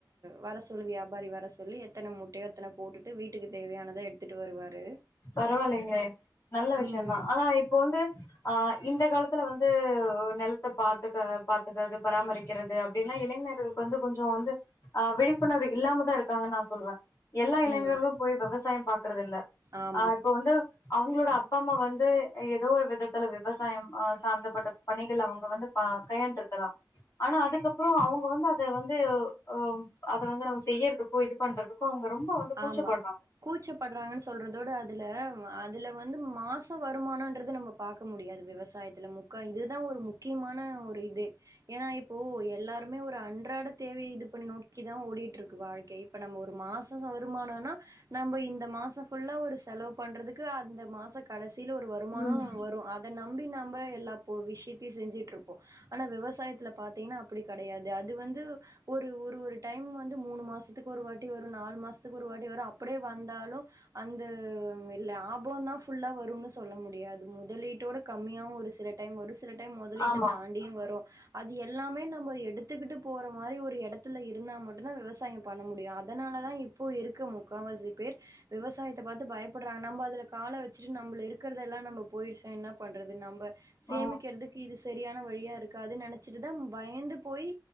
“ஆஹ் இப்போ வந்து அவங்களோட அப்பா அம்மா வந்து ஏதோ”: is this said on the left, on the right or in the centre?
Left